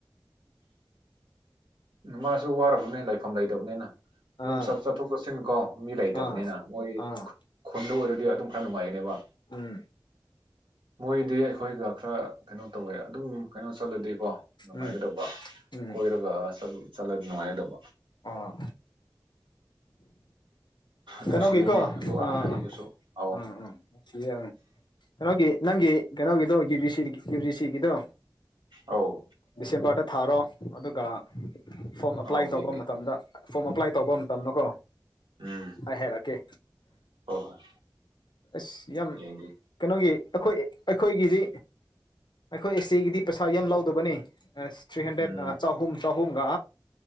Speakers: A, on the right; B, on the left.
A: ꯃꯥꯁꯨ ꯋꯥꯔꯝꯕꯅꯤ ꯂꯩꯐꯝ ꯂꯩꯇꯕꯅꯤꯅ ꯑꯗꯨꯝ
B: ꯑꯥ
A: ꯆꯠꯊꯣꯛ ꯆꯠꯁꯤꯟ ꯀꯣ ꯃꯤ ꯂꯩꯇꯕꯅꯤꯅ
B: ꯑꯥ
A: ꯃꯣꯏ
B: ꯑꯥ
A: ꯈꯨꯟꯗ ꯑꯣꯏꯔ ꯑꯗꯨꯝ ꯈꯔ ꯅꯨꯉꯥꯏꯒꯅꯤꯕ
B: ꯎꯝ
A: ꯃꯣꯏꯗꯤ ꯑꯩꯈꯣꯏꯒ ꯈꯔ ꯀꯩꯅꯣ ꯇꯧꯋꯦ ꯑꯗꯨꯝ ꯀꯩꯅꯣ ꯆꯠꯂꯗꯤꯀꯣ ꯅꯨꯡꯉꯥꯏꯒꯗꯕ
B: ꯎꯝ ꯎꯝ
A: ꯀꯣꯏꯔꯒ ꯆꯜ ꯆꯠꯂꯒ ꯅꯨꯡꯉꯥꯏꯒꯗꯕ
B: ꯑꯥ
A: ꯅꯨꯡꯁꯤꯌꯦꯅꯦ
B: ꯀꯩꯅꯣꯒꯤꯀꯣ ꯑꯥ
A: ꯑꯗꯣ ꯑꯍꯟ
B: ꯑꯥ
A: ꯑꯅꯤꯗꯨꯁꯨ ꯑꯧ
B: ꯎꯝ ꯎꯝ ꯁꯖ ꯀꯩꯅꯣꯒꯤ ꯅꯪꯒꯤ ꯀꯩꯅꯣꯒꯤꯗꯣ U B C U G ꯁꯤꯒꯤꯗꯣ
A: ꯑꯧ
B: ꯗꯤꯁꯦꯝꯕꯔꯗ ꯊꯥꯔꯣ ꯑꯗꯨꯒ ꯐꯣꯝ ꯑꯦꯄ꯭ꯂꯥꯏ
A: ꯑꯧ
B: ꯇꯧꯕ
A: ꯌꯦꯡꯒꯦ
B: ꯃꯇꯝꯗ ꯐꯣꯝ ꯑꯦꯄ꯭ꯂꯥꯏ ꯇꯧꯕ ꯃꯇꯝꯗꯀꯣ
A: ꯎꯝ
B: ꯑꯩ ꯍꯥꯔꯛꯀꯦ
A: ꯍꯣꯏ ꯍꯣꯏ
B: ꯑꯁ ꯌꯥꯝ
A: ꯌꯦꯡꯒꯦ
B: ꯀꯩꯅꯣꯒꯤ ꯑꯩꯈꯣꯏ ꯑꯩꯈꯣꯏꯒꯤꯗꯤ ꯑꯩꯈꯣꯏ ꯑꯦꯁ ꯇꯤꯒꯤꯗꯤ ꯄꯩꯁꯥ ꯌꯥꯝ ꯂꯧꯗꯕꯅꯤ ꯑꯦꯁ ꯊ꯭ꯔꯤ ꯍꯟꯗ꯭ꯔꯦꯅ
A: ꯎꯝ
B: ꯆꯍꯨꯝ ꯆꯍꯨꯝꯒ